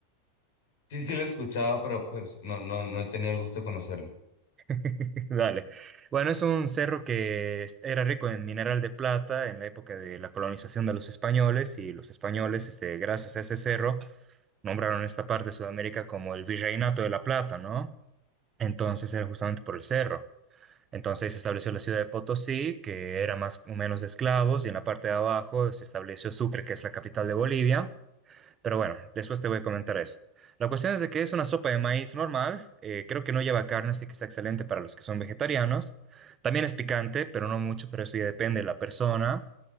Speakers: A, on the left; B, on the right.
A: Sí, sí lo he escuchado, pero pues no, no, no he tenido el gusto de conocerlo.
B: <laughs> Dale. Bueno, es un cerro que es- era rico en mineral de plata en la época de la colonización de los españoles y los españoles, este, gracias a ese cerro, nombraron esta parte de Sudamérica como el Virreinato de la Plata, ¿no? Entonces era justamente por el cerro. Entonces se estableció la ciudad de Potosí, que era más o menos de esclavos, y en la parte de abajo se estableció Sucre, que es la capital de Bolivia. Pero bueno, después te voy a comentar eso. La cuestión es de que es una sopa de maíz normal, eh, creo que no lleva carne, así que está excelente para los que son vegetarianos. También es picante, pero no mucho, pero eso ya depende de la persona.